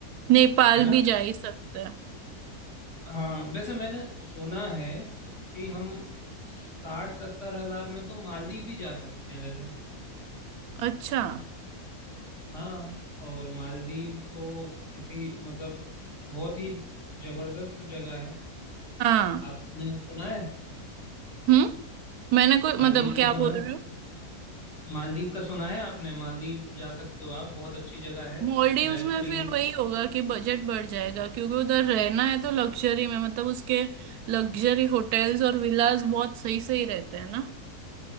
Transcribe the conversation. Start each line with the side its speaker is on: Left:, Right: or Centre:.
Right: नेपाल
Left: है ना
Right: भी जा ही सकते हैं
Left: हाँ वैसे मैंने सुना है कि हम साठ सत्तर हजार में तो मालदीव भी जा सकते हैं वैसे
Right: अच्छा
Left: हाँ और मालदीव तो ऐसी मतलब बहुत ही जबरदस्त जगह है
Right: हाँ
Left: आपने सुना है
Right: हम्म मैंने कोई
Left: मालदीव
Right: मतलब क्या
Left: का सुना
Right: बोल
Left: है
Right: रही
Left: मालदीव का सुना है आपने मालदीव जा सकते हो आप बहुत अच्छी जगह है
Right: मॉलडीव्स
Left: बेहतरीन
Right: में फिर वही होगा कि बजट बढ़ जाएगा क्योंकि उधर रहना है तो लग्जरी में मतलब उसके लग्जरी होटल्स और विलास बहुत सही सही रहते हैं ना